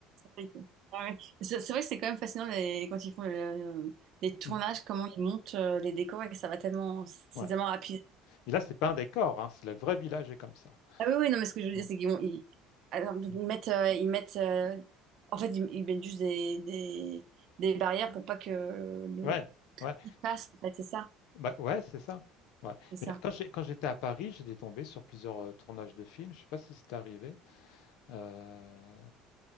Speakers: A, on the right; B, on the left.
A: ok. Ah ouais. C'est c'est vrai que c'est quand même fascinant les- quand ils font le- les tournages,
B: Mm.
A: comment ils montent euh, les décors et que ça va tellement, c'est
B: Ouais.
A: tellement rapide.
B: Mais là, c'est pas un décor. hein. C'est le vrai village est comme ça.
A: Ah oui, oui, non, mais ce que je veux
B: Mm.
A: dire, c'est qu'ils vont- ils, alors, ils
B: Mm.
A: mettent, euh, ils mettent, euh, en fait, ils, ils mettent juste des, des, des barrières pour pas que le,
B: Ouais, ouais,
A: il passe, en fait, c'est ça,
B: bah, ouais, c'est ça. Ouais.
A: c'est ça.
B: Mais quand j'ai- quand j'étais à Paris, j'étais tombé sur plusieurs euh, tournages de films. Je sais pas si c'est arrivé. Euh,